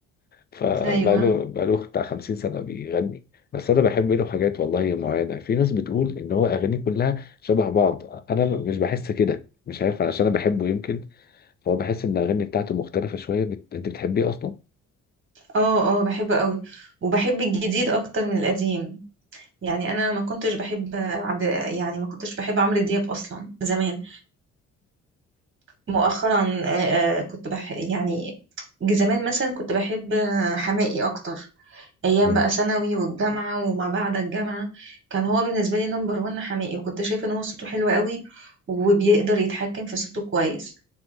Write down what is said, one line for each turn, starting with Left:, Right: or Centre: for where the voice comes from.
Left: فبقاله
Right: ايوه
Left: بقاله بتاع 50 سنة بيغني بس أنا بحب له حاجات والله معينة في ناس بتقول إن هو أغانيه كلها شبه بعض أنا مش بحس كده مش عارف علشان أنا بحبه يمكن فهو بحس إن الأغاني بتاعته مختلفة شوية بت... أنت بتحبيه أصلا؟
Right: اه اه بحبه قوي وبحب الجديد اكتر من القديم يعني انا ما كنتش بحب عبد يعني ما كنتش بحب عمرو دياب اصلا زمان مؤخرا آه، آه، كنت بح يعني زمان مثلا كنت بحب حماقي اكتر ايام
Left: مم.
Right: بقى ثانوي والجامعه وما بعد الجامعه كان هو بالنسبه لي نمبر وان حماقي وكنت شايفه ان هو صوته حلو قوي وبيقدر يتحكم في صوته كويس